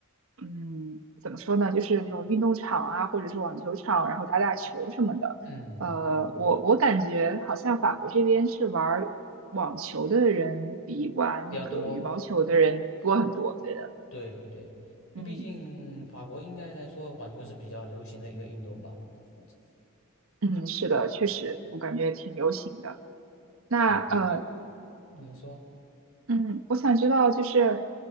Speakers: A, on the right; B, on the left.
A: 嗯，怎么说呢，就是那种运动场啊，或者是网球场，然后打打球什么的。
B: 嗯嗯，
A: 呃，我我感觉好像法国这边是玩儿网球的人比玩那个羽毛球的人多很多，
B: 比较多。
A: 我觉得。
B: 对对，因为毕竟法国应该来说网球是比较流行的一个运动吧，
A: 嗯
B: 我这
A: 嗯，是的，确实，我感觉挺流行的。那呃，
B: 对，因为你说，
A: 嗯，我想知道，就是